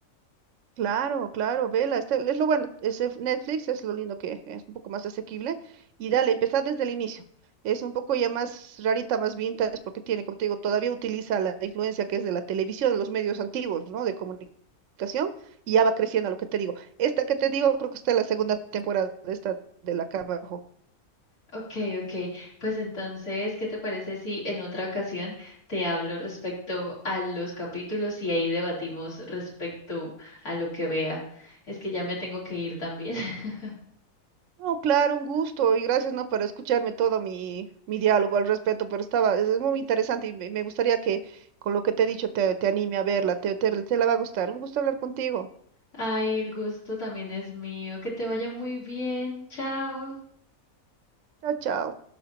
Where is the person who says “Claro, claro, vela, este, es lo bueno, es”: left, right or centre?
Right